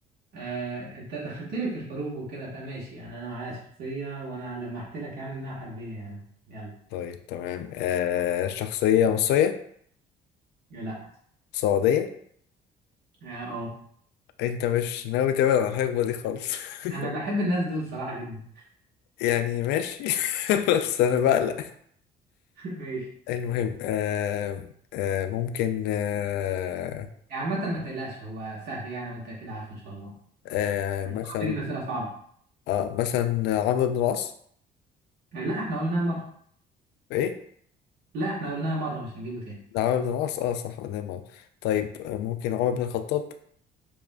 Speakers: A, on the right; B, on the left.
A: آه، انت دخلت لي في الحروب وكده فماشي يعني انا معايا شخصية وانا لمحت لك يعني انها حربية يعني يلا
B: طيب تمام آه شخصية مصرية
A: يا لا
B: سعودية
A: اه أه.
B: أنت مش ناوي تبعد عن الحقبة دي خالص <laughs>
A: انا بحب الناس دول صراحة جدا
B: يعني ماشي <laughs> بس أنا بقلق
A: <laughs> ماشي
B: المهم آه آه ممكن آه
A: يعني عامة ما تقلقش هو سهل يعني وانت كده عارفه ان شاء الله
B: آه مثلا
A: انت بتجيب اسئلة صعبة
B: آه مثلا عمرو بن العاص
A: آه، لا احنا قلناها مرة
B: ايه
A: لا احنا قلناها مرة مش هنجيبه تاني
B: ده عمرو بن العاص اه صح قدام عمرو. طيب آه، ممكن عمر بن الخطاب